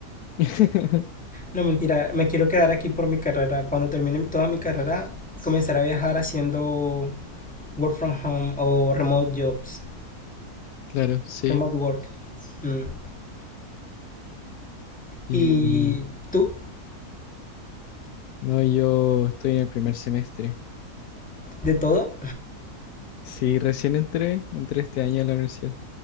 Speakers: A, on the left; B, in the centre.
A: <laughs>
B: No, mentira, me quiero quedar aquí por mi carrera. Cuando termine toda mi carrera, comenzaré a viajar haciendo work from home o remote jobs,
A: Claro, sí.
B: remote work. Mm.
A: Y
B: ¿Y tú?
A: no, yo estoy en el primer semestre.
B: ¿De todo?
A: Sí, recién entré, entré este año a la universidad.